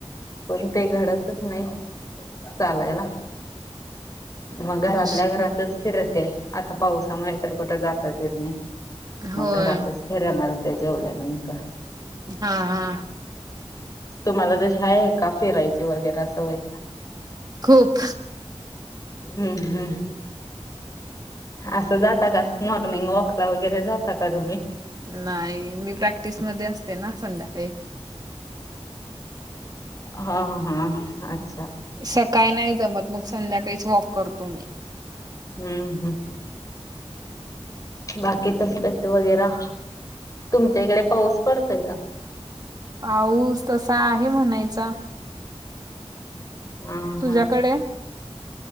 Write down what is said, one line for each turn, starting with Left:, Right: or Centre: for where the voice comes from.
Left: पण ते घडतच नाही चालायला. मग घरातल्या
Right: मुश्किल
Left: घरातच फिरते आता पावसामुळे तर कुठे जाताच येत नाही.
Right: होय
Left: मग घरातच फेऱ्या मारते जेवल्यानंतर.
Right: हा हा
Left: तुम्हाला जशी आहे का फेरायची वगैरा असवय?
Right: खूप.
Left: हम्म- हम्म. असं जाता का मॉर्निंग वॉक ला वगैरे जाता का तुम्ही?
Right: नाही. मी प्रॅक्टिसमध्ये असते ना संध्याकाळी.
Left: हा हा. अ <unintelligible>
Right: सकाळी नाही जमत. मग संध्याकाळीच वॉक करतो मी.
Left: हम्म- हम्म. बाकी तबेत वगैरा, तुमच्या इकडे पाऊस पडतोय का?
Right: पाऊस तसा आहे म्हणायचा.
Left: हा
Right: तुझ्याकडे
Left: -हा.